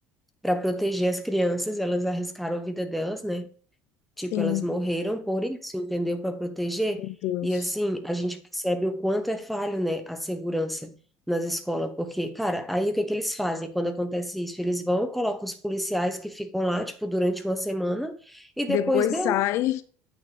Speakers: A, in the centre; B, on the left.
A: para proteger as crianças, elas arriscaram a vida delas, né?
B: sim,
A: Tipo, elas morreram por isso, entendeu? Para proteger.
B: meu Deus.
A: E assim, a gente percebe o quanto é falho, né, a segurança nas escolas, porque, cara, aí o que é que eles fazem quando acontece isso? Eles vão, colocam os policiais que ficam lá, tipo, durante uma semana e depois
B: Depois
A: deu.
B: sai.